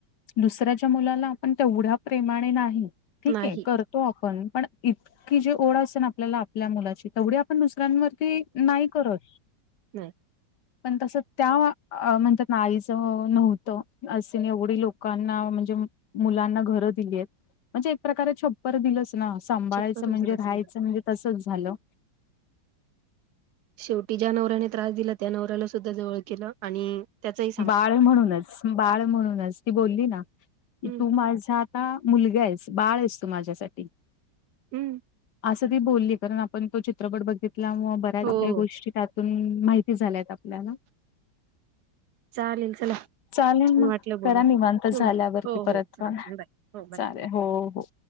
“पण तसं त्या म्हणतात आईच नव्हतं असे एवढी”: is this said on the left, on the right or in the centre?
Left